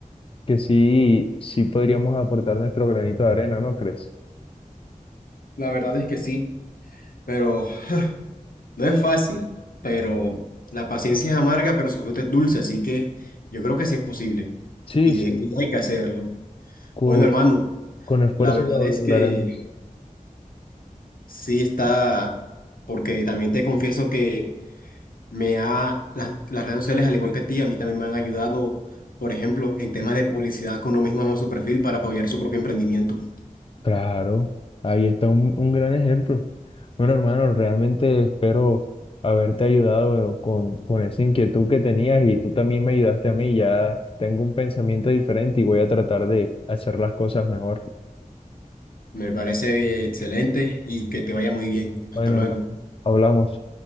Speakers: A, on the left (about 40°); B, on the left (about 85°).
A: que sí, sí podríamos aportar nuestro granito de arena, ¿no crees?
B: La verdad es que sí, pero... No es fácil, pero la paciencia es amarga, pero su fruto es dulce, así que yo creo que sí es posible
A: Sí,
B: y,
A: sí,
B: de- y hay que hacerlo.
A: co-
B: Bueno, hermano,
A: con, esfuerzo
B: la verdad
A: lo
B: es
A: lograremos.
B: que sí está, porque también te confieso que me ha, las, las redes sociales, al igual que a ti, a mí también me han ayudado, por ejemplo, en temas de publicidad, que uno mismo haga su perfil para apoyar su propio emprendimiento.
A: Claro, ahí está un, un gran ejemplo. Bueno, hermano, realmente espero haberte ayudado con, con esa inquietud que tenías y tú también me ayudaste a mí. Ya tengo un pensamiento diferente y voy a tratar de hacer las cosas mejor.
B: Me parece excelente y que te vaya muy bien. Hasta
A: Bueno,
B: luego.
A: hermano, hablamos.